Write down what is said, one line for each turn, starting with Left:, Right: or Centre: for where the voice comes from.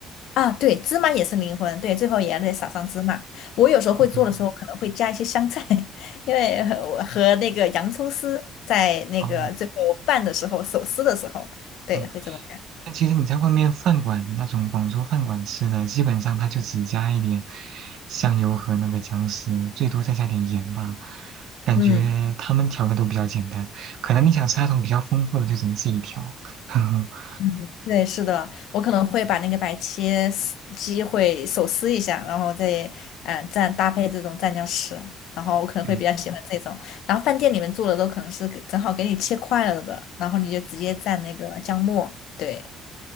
Left: 啊，对，芝麻也是灵魂，对，最后也得撒上芝麻。我有时候会做的时候，
Right: 对对对。
Left: 可能会加一些香菜，<laughs> 因为呃我和那个洋葱丝在那个最后拌的时候，
Right: 哦，
Left: 手撕的时候，对，
Right: 嗯。
Left: 会这么干。
Right: 但其实你在外面饭馆那种广州饭馆吃的，基本上它就只加一点香油和那个姜丝，最多再加点盐吧。感觉他们调的都比较简单，
Left: 嗯。
Right: 可能你想吃那种比较丰富的，就只能自己调。<laughs>
Left: 嗯，对，是的，我可能会把那个白切丝鸡会手撕一下，然后再嗯蘸搭配这种蘸酱吃，然后我可能会比较喜欢这种。
Right: 对，
Left: 然后饭店里面做的都可能是给正好给你切块了的，然后你就直接蘸那个姜末。对，